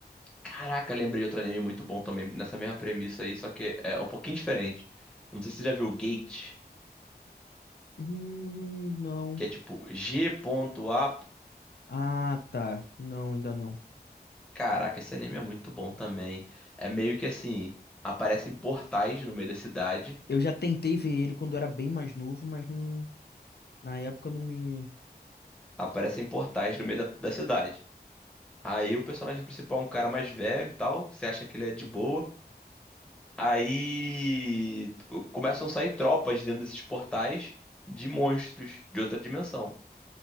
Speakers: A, in the centre; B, on the left.
A: Caraca, lembrei de outro anime muito bom também, nessa mesma premissa aí, só que é um pouquinho diferente. Não sei se você já viu Gate.
B: Hum, não.
A: que é tipo G.A.T.E.
B: Ah, tá. Não, ainda não.
A: Caraca, esse anime é muito bom também. É meio que assim, aparecem portais no meio da cidade,
B: Eu já tentei ver ele quando era bem mais novo, mas não, na época não me.
A: aparecem portais no meio da, da cidade. Aí o personagem principal é um cara mais velho e tal, você acha que ele é de boa. Aí co- começam a sair tropas dentro desses portais de monstros de outra dimensão.